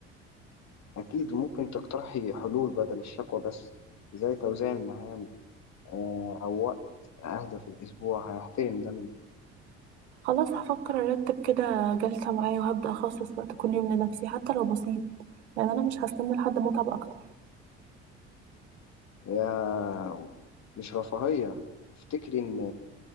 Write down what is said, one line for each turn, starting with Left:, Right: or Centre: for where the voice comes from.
Left: أكيد ممكن تقترحي حلول بدل الشكوى بس زي توزيع المهام آه، أو وقت أهدى في الأسبوع هيحترم ده مني
Right: خلاص هفكر ارتب كده جلسة معايا وهبدأ اخصص وقت كل يوم لنفسي حتى لو بسيط يعني انا مش هستنى لحد ما اتعب اكتر
Left: يا مش رفاهية وافتكري إن